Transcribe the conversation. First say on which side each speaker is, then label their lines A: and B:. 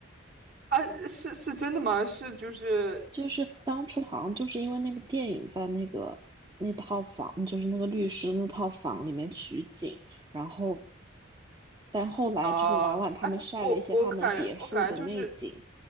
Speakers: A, on the right (about 50°); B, on the right (about 20°).
A: 啊，是是真的吗？是就是
B: 就是当初好像就是因为那个电影在那个那套房，就是那个律师的那套房里面取景。然后但后来就是婉婉他们晒了一些他们别墅的内景
A: 啊，哎，我我感觉我感觉就是，